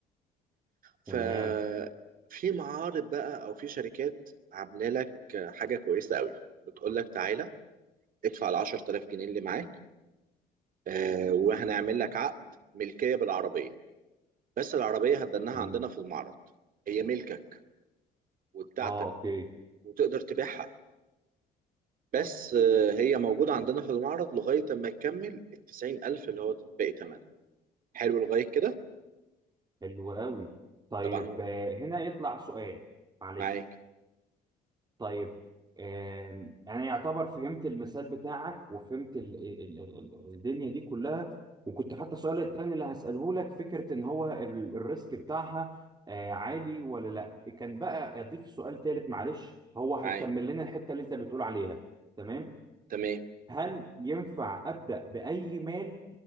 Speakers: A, on the right; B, on the right.
A: ففي
B: تمام
A: معارض بقى أو في شركات عاملة لك حاجة كويسة قوي بتقول لك تعالى ادفع ال 10000 جنيه اللي معاك آه وهنعمل لك عقد ملكية بالعربية بس العربية هتدنها
B: مم.
A: عندنا في المعرض هي ملكك وبتاعتك
B: اه اوكي
A: وتقدر تبيعها بس آه هي موجودة عندنا في المعرض لغاية ما تكمل ال 90000 اللي هو باقي ثمنها حلو لغاية كده
B: حلو قوي طيب
A: طبعا هو
B: آه، هنا يطلع سؤال معلش
A: معاك
B: طيب آم، انا يعتبر فهمت المثال بتاعك وفهمت ال- ال- ال- الدنيا دي كلها وكنت حتى السؤال التاني اللي هسأله لك فكرة ان هو ال- الريسك بتاعها آه، عالي ولا لا كان بقى اضيف سؤال تالت معلش هو هيكمل
A: معاك
B: لنا الحتة اللي انت بتقول عليها تمام
A: تمام
B: هل ينفع أبدأ بأي مال